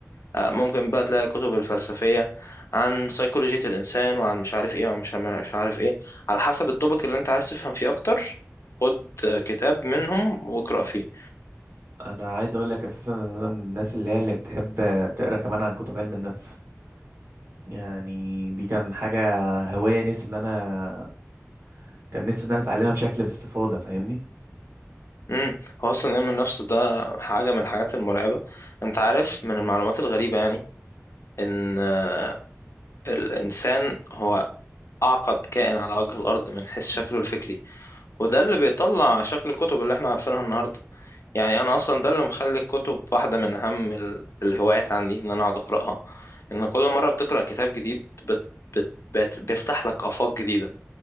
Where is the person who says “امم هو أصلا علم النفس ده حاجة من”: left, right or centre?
Left